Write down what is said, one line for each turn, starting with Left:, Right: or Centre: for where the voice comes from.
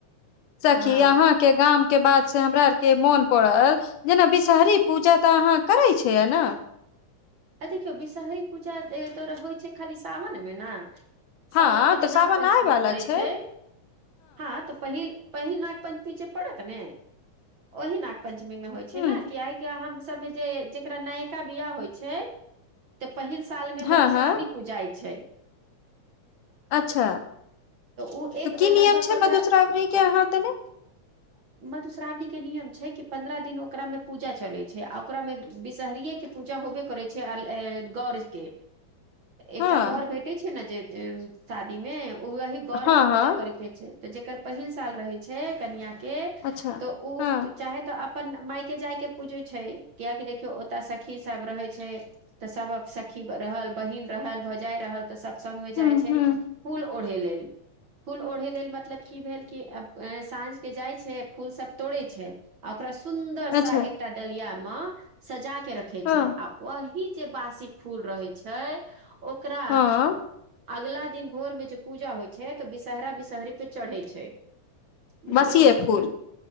Left: सखी
Right: हँ
Left: अहाँ के गाम के बात से हमरा आर के मोन पड़ल जेना विषहरी पूजा तऽ अहाँ करै छियै ने।
Right: आ देखियौ विषहरी पूजा तो होइ छैय खाली सावन मे ना। साावन
Left: हँ
Right: मे जे
Left: तऽ सावन
Right: नाग पंचमी
Left: आय वाला
Right: पड़ै
Left: छै
Right: छैय हँ तऽ पहिल पहिल नाग पंचमी जे पड़त ने ओहि नाग पंचमी में होय छैय
Left: हूँ
Right: ने की आइ के हम सबमे जे जेकरा नयका बियाह होय छैय। तऽ पहिल साल मे
Left: हँ
Right: मधुश्रावणी
Left: हँ
Right: पूजाय छैय।
Left: अच्छा
Right: ओ एक
Left: तऽ की
Right: लगभग
Left: नियम छैय
Right: पन्द्रह
Left: मधुश्रावणीे के अहाँ ओते ने
Right: <inaudible> मधुश्रावणी के नियम छैय कि पंन्द्रह दिन ओकरा मे पूजा चलय छैय आ ओकरा मे बिषहरिये के पूजा होबे करै छैय आ गौर के एकटा
Left: हँ
Right: गौर भेटै छैय ने जे जे शादी मे ओ वही गौर
Left: हँ
Right: के
Left: हँ
Right: पूजा करे पड़य छैय त जेकर पहिल साल रहय छैय कनिया के
Left: अच्छा
Right: तऽ उ
Left: हँ
Right: चाहे तऽ अपन माय के जाय के पूजय छैय कियेकि देखियौ ओतऽ सखी सब रहय छैय तऽ सब सखी रहल बहिन रहल भौजाय रहल तऽ सब संग मे
Left: हूँ
Right: जाय छैय
Left: हूँ
Right: फूल ओढ़े लेल। फूल ओढ़े लेल मतलब की भेल कि अब साँझ के जाय छैय फूल सब तोड़य छैय। आ ओकरा सुन्दर
Left: अच्छा
Right: सा एकटा डलिया मऽ सजा के रखे
Left: हँ
Right: छैय। आ ओही जे बासी फूल रहय छैय ओकरा
Left: हँ
Right: अगला दिन भोर मे जे पूजा होय छैय तऽ विषहारा विषहरी पे चढ़ै छैय। बुझलों।
Left: बसिये फूल